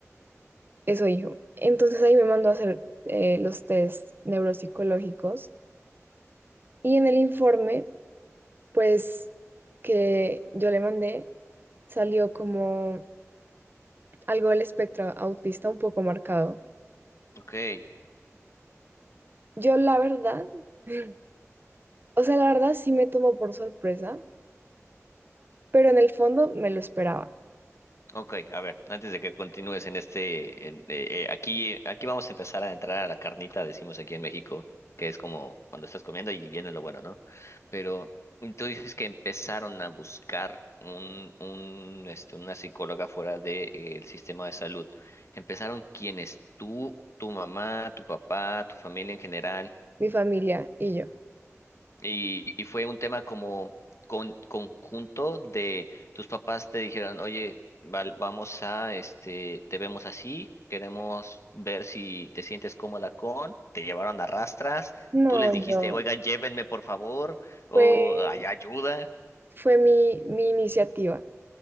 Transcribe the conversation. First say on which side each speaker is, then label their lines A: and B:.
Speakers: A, on the right (about 40°); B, on the left (about 60°).
A: Eso dijo. Entonces ahí me mandó a hacer eh, los test neuropsicológicos y en el informe, pues que yo le mandé, salió como algo del espectro autista un poco marcado.
B: ok.
A: Yo la verdad, <laughs> o sea, la verdad sí me tomó por sorpresa, pero en el fondo me lo esperaba,
B: Ok, a ver, antes de que continúes en este, en- eh, eh, aquí, aquí vamos a empezar a entrar a la carnita, decimos aquí en México, que es como cuando estás comiendo y viene lo bueno, ¿no? Pero tú dices que empezaron a buscar un, un, este, una psicóloga fuera del sistema de salud. ¿Empezaron quiénes? ¿Tú, tu mamá, tu papá, tu familia en general?
A: mi familia y yo.
B: Y, y fue un tema como con, conjunto de tus papás te dijeron, oye, val- vamos a, este, te vemos así, queremos ver si te sientes cómoda con, te llevaron a rastras,
A: No,
B: tú les dijiste,
A: yo,
B: oiga, llévenme por favor, o
A: fue,
B: hay ayuda,
A: fue mi, mi iniciativa.